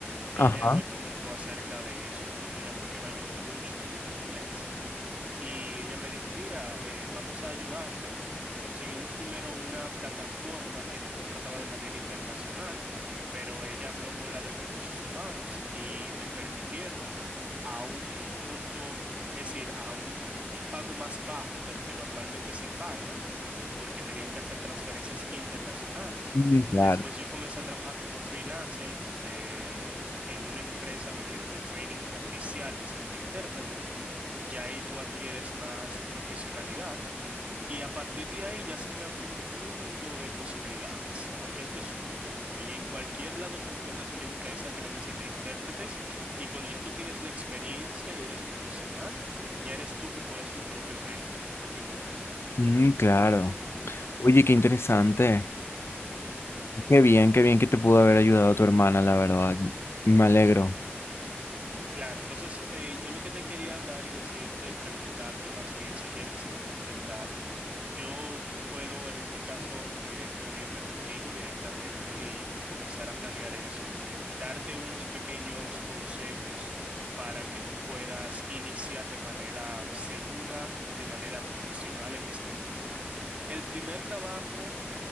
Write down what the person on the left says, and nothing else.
Ajá.
Mm, claro.
Mm, claro. Oye, qué interesante. Qué bien, qué bien que te pudo haber ayudado tu hermana, la verdad. Me alegro.